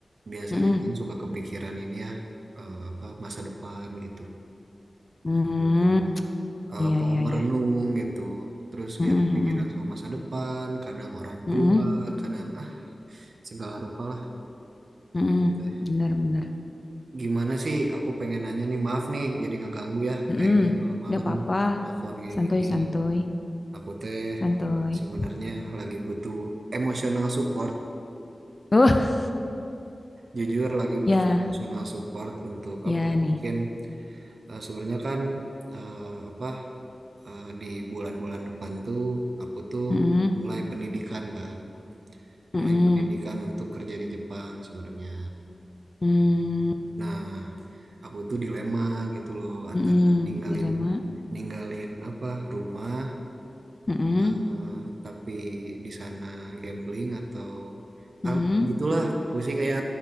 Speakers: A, on the right; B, on the left.
A: biasanya
B: Mm-mm.
A: kan suka kepikiran ini ya eh, apa masa depan gitu.
B: Mm,
A: Tiba-tiba eh,
B: iya
A: apa
B: iya
A: merenung
B: iya.
A: gitu. Terus
B: Mm-mm,
A: ya kepikiran
B: mm-mm,
A: sama masa depan, kadang orang
B: mm-mm,
A: tua, kadang ah segala rupa lah
B: mm-mm.
A: gitu teh.
B: Bener bener.
A: Gimana sih aku pengen nanya nih, maaf nih jadi ngeganggu ya
B: Mm-mm.
A: Kak Ega malam-malam
B: Gak apa-apa.
A: telepon kayak
B: Santuy
A: gini.
B: santuy
A: Aku teh
B: santuy.
A: sebenarnya lagi butuh emosional support.
B: Oh
A: Jujur lagi
B: ya
A: butuh emosional support untuk apa
B: ya
A: ya?
B: nih.
A: Mungkin eh, sebenarnya kan eh, apa eh, di bulan-bulan depan tuh aku tuh
B: Mm-mm,
A: mulai pendidikan kan,
B: mm-mm,
A: mulai pendidikan untuk kerja di Jepang sebenarnya.
B: mm,
A: Nah, aku tuh dilema gitu loh antara
B: mm-mm.
A: ninggalin
B: Dilema.
A: ninggalin apa rumah
B: Mm-mm,
A: eh, tapi di sana gambling atau
B: mm-mm.
A: ah, gitulah pusing ya